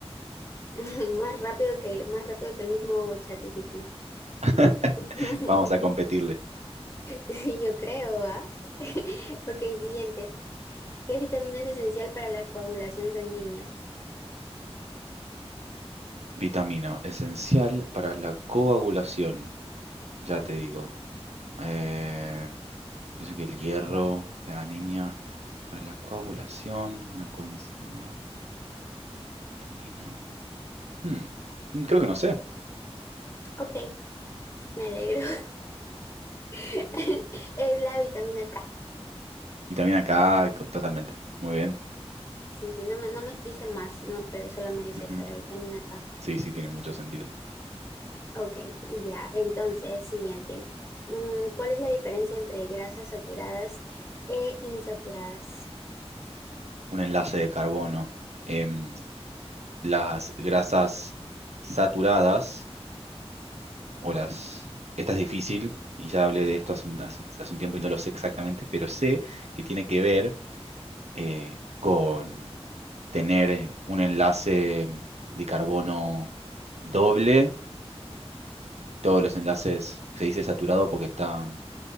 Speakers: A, on the left (about 25°); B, on the right (about 85°).
A: <laughs> Más rápido que, más rápido que el mismo ChatGPT.
B: <laughs>
A: <laughs>
B: Vamos a competirle.
A: Sí, yo creo, ¿ah? <laughs> Ok, siguiente. ¿Qué vitamina es esencial para la coagulación sanguínea?
B: Vitamina, esencial para la coagulación. Ya te digo. Eh, yo sé que el hierro, la anemia, para la coagulación, una coenzima, una vitamina. Hmm, mm, Creo que no sé.
A: Ok, me alegro. <laughs> Es la vitamina K.
B: Y también acá, co- totalmente. Muy bien.
A: Sí, sí, no me, no me dice más, no, pero solo me dice
B: Ujú.
A: esa, la vitamina K.
B: Sí, sí, tiene mucho sentido.
A: Ok, ya. Entonces, siguiente. Mm, ¿cuál es la diferencia entre grasas saturadas e insaturadas?
B: Un enlace de carbono. Em, las grasas saturadas o las... Esta es difícil y ya hablé de esto hace un, hace- hace un tiempo y no lo sé exactamente, pero sé que tiene que ver eh, con tener un enlace de carbono doble. Todos los enlaces se dice saturado porque está...